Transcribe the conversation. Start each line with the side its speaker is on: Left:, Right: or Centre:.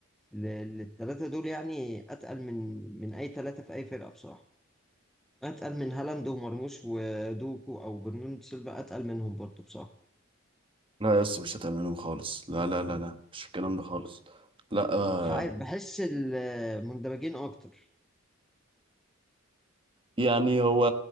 Centre: للثلاثة دول يعني أتقل من من أي ثلاثة في أي فرقة بصراحة أتقل من هالاند ومرموش ودوكو أو برناردو سيلفا أتقل منهم برضه بصراحة
Right: لا يا اسطى مش هتعمل منهم خالص لا لا لا لا مش الكلام ده خالص لا آه،
Centre: مش عارف بحس المندمجين أكتر
Right: يعني هو